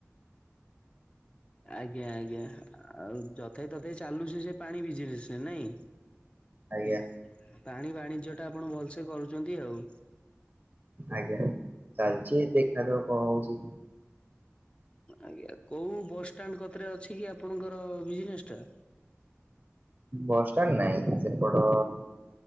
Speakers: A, on the left; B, on the right.
A: ଆଜ୍ଞା ଆଜ୍ଞା ଆଉ ଯଥାଇ ତଥାଇ ଚାଲୁଚି ସେ ପାଣି ବିଜିନେସେ ନାଇଁ?
B: ଆଜ୍ଞା
A: ଉଁ ପାଣି ବାଣିଜ୍ୟଟା ଆପଣ ଭଲସେ କରୁଚନ୍ତି ଆଉ।
B: ଆଜ୍ଞା ଚାଲଚି ଦେଖାଯାଉ କଣ ହୋଉଛି।
A: ଆଜ୍ଞା କୋଉ ବସଷ୍ଟାଣ୍ଡ କତିରେ ଅଛି କି ଆପଣଙ୍କର ବିଜନେସଟା?
B: ବସଷ୍ଟାଣ୍ଡ ନାଇଁ ସେପଟ